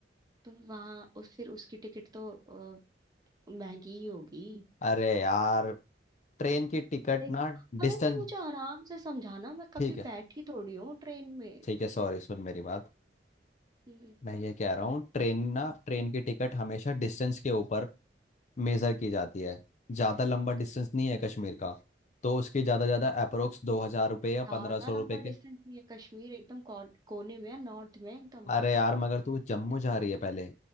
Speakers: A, on the right (about 20°); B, on the left (about 40°).
A: तो वहाँ उस फिर उसकी टिकट तो अ, महंगी ही होगी
B: अरे यार ट्रेन की टिकट
A: देख
B: ना
A: अरे
B: डिस्टेंस
A: तो मुझे आराम से समझाना मैं कभी
B: ठीक है
A: बैठी थोड़ी हूँ ट्रेन में
B: ठीक है सॉरी सुन मेरी बात
A: हम्म,
B: मैं ये कह रहा हूँ ट्रेन ना ट्रेन की टिकट हमेशा डिस्टेंस के ऊपर मेजर की जाती है ज़्यादा लंबा
A: ओके।
B: डिस्टेंस नहीं है कश्मीर का तो उसकी ज़्यादा ज़्यादा अप्रोक्स दो हज़ार रुपये या
A: ज्यादा
B: पंद्रह सौ
A: लंबा
B: रुपये के
A: डिस्टेंस नहीं है कश्मीर एकदम कौ- कोने में है नॉर्थ में है एकदम
B: अरे यार मगर तू जम्मू जा रही है पहले